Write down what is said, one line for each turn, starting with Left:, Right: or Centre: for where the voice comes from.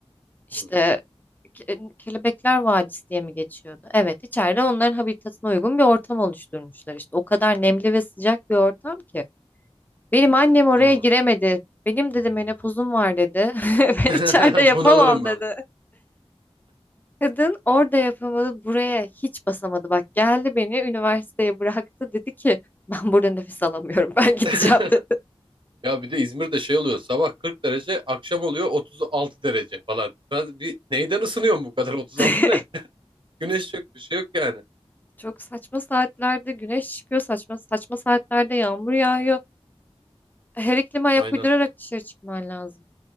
Left: İşte
Right: Hmm.
Left: Ke- e, Kelebekler Vadisi diye mi geçiyordu? Evet, içeride onların habitatına uygun bir ortam oluşturmuşlar işte. O kadar nemli ve sıcak bir ortam ki. Benim annem oraya
Right: Hmm.
Left: giremedi. Benim dedi menopozum var dedi. <laughs> Ve
Right: <laughs>
Left: içeride yapamam
Right: Bunalırım
Left: dedi.
Right: ben.
Left: Kadın orada yapamadı, buraya hiç basamadı. Bak geldi beni üniversiteye bıraktı dedi ki ben burada nefes alamıyorum ben gideceğim
Right: <laughs>
Left: <laughs> dedi.
Right: Ya bir de İzmir'de şey oluyor sabah 40 derece akşam oluyor 36 derece falan. Biraz bir neyden ısınıyorsun bu kadar 36
Left: <laughs>
Right: ne? <laughs> Güneş yok bir şey yok yani.
Left: Çok saçma saatlerde güneş çıkıyor, saçma saçma saatlerde yağmur yağıyor. Her iklime ayak
Right: Aynen
Left: uydurarak dışarı çıkman lazım.